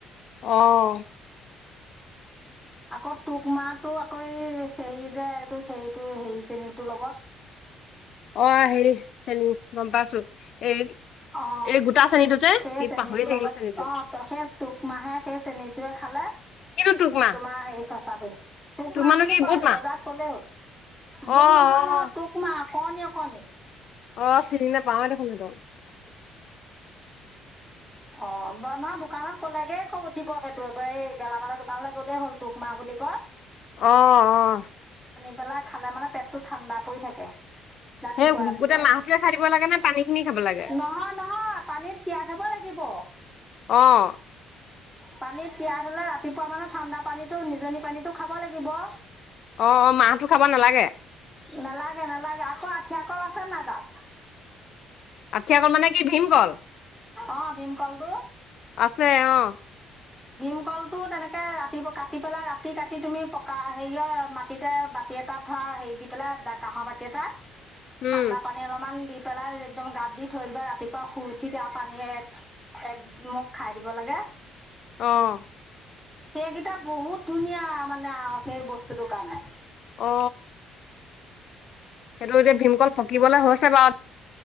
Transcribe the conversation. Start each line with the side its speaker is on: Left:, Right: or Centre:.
Left: আহ
Centre: আকৌ তোক মাৰটো আকৌ এই চেৰী যে এইটো চেৰটো হেৰি চেনীটো লগত
Left: অ হেৰি চেনী গম পাইছো এই
Centre: অ
Left: এই গোটা চেনীটো যে
Centre: সেই
Left: কি
Centre: চেনীটোৰ
Left: পাহৰি থাকিলো
Centre: লগত
Left: চেনীটো
Centre: অ সেই টোক মাহে সেই চ্ৰেনীটোৱে খালে
Left: কিনো তোক মাহ
Centre: তোমাৰ হেৰি চেচাপৰে টোক
Left: তোক
Centre: মাহ
Left: মানো
Centre: বুলি
Left: কি
Centre: কয়
Left: বুট
Centre: সেইটো
Left: মাহ
Centre: বজাৰত কলেই হ'ল
Left: অ
Centre: বুধ নহয় নহয়
Left: অ
Centre: টোক মাহ <unintelligible> কণী কণী
Left: অ চিনি নাপাৱে দেখোনহতক
Centre: অ নহয় দোকানত ক'লেগে ক দিব সেইটো এবাৰ এই গেলামালৰ দোকানলৈ গ'লেই হ'ল টোোক মাহ বুলি কত
Left: আহ আহ
Centre: পেলাই খালে মানে পেটটো ঠাণ্ডা পৰি থাকে ৰাতিপুৱা
Left: সেই
Centre: ৰাতিপুৱা
Left: গোটেই মাহটোৱে খাই দিব লাগে নে পানী খিনি খাব লাগে
Centre: নহয় নহয় পানীত তিয়াই থব লাগিব <unintelligible> গিব
Left: অ
Centre: পানীত তিয়াই হলে ৰাতিপুৱা মানে ঠাণ্ডা পানী নিজনি পানীটো খাব লাগিব <unintelligible>
Left: অ অ মাহতো খাব নালাগে
Centre: নেলাগে নালাগে আকৌ আঠিয়া কল আছে না তাত
Left: আঠিয়া কল মানে কি ভীম কল
Centre: অ ভীম কলটো
Left: আছে অ
Centre: ভীমকলটো তেনেকে ৰাতিপুৱা কাটি পেলাই ৰাতি কাটি তুমি পকা হেৰিয়ত মাটিতে বাতি এটাত ধৰা হেৰি দি পেলাই কাঁহৰ বাতি এটাত
Left: উম
Centre: ঠাণ্ডা পানী অলপমান দি পেলাই একদম গাপ দি থৈ দিবা ৰাতিপুৱা শুই উঠি তাৰ পানী এক একমোক খাই দিব লাগে
Left: আহ
Centre: সেইকেইটা বহুত ধুনীয়া মানে আৰু সেই বস্তুটোৰ কাৰণে
Left: অ সেইটো এতিয়া ভীম অকল পকিবলে হৈছে বাৰু